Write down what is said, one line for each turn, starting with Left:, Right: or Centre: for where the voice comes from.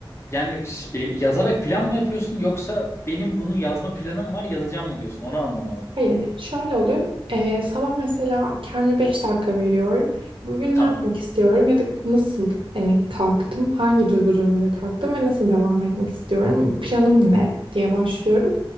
Left: yani ş- e, yazarak plan mı yapıyorsun yoksa benim bunu yazma planım var yazacağım mı diyorsun? Onu anlamadım.
Right: Hayır, şöyle oluyor. Ee, sabah mesela kendime 5 dakika veriyorum. Bugün
Left: Tamam.
Right: ne yapmak istiyorum ya da nasıl hani kalktım, hangi duygu durumuyla kalktım ve nasıl devam etmek istiyorum, planım ne diye başlıyorum.